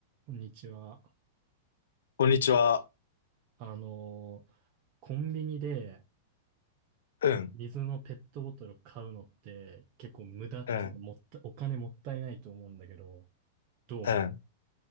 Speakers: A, on the right (about 45°); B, on the left (about 80°).
A: こんにちは。
B: こんにちは。
A: あのーコンビニで
B: うん、
A: 水のペットボトル買うのって結構無駄っていうかもったお金もったいないと思うんだけど、
B: うん、
A: どう思う
B: うん。